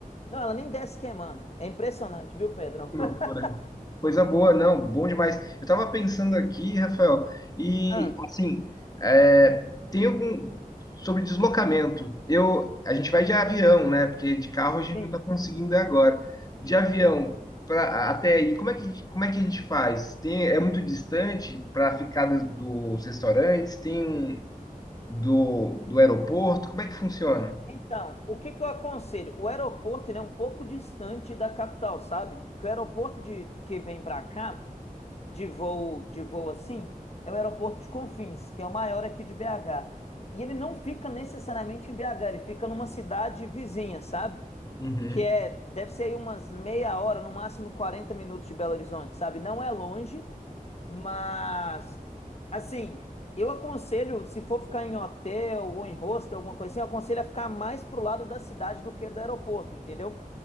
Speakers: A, on the left; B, on the left.
A: Não, ela nem desce queimando. É impressionante, viu, Pedrão?
B: Que
A: <laughs>
B: loucura. Coisa boa, não, bom demais. Eu tava pensando aqui, Rafael, e
A: Ah,
B: assim, é, tem algum sobre deslocamento. Eu, a gente vai de avião, né? Porque de carro a gente
A: sim.
B: não tá conseguindo agora. De avião para até aí, como é que, como é que a gente faz? Tem, é muito distante para ficar do- dos restaurantes? Tem um- do, do aeroporto? Como é que funciona?
A: Então, o que que eu aconselho? O aeroporto, ele é um pouco distante da capital, sabe? Que o aeroporto de, que vem pra cá, de voo, de voo assim, é o aeroporto de Confins, que é o maior aqui de BH. E ele não fica necessariamente em BH, ele fica numa cidade vizinha, sabe?
B: Uhum.
A: que é, deve ser aí umas meia hora, no máximo 40 minutos de Belo Horizonte, sabe? Não é longe, mas Assim, eu aconselho, se for ficar em hotel ou em hostel, alguma coisa assim, eu aconselho a ficar mais pro lado da cidade do que do aeroporto, entendeu?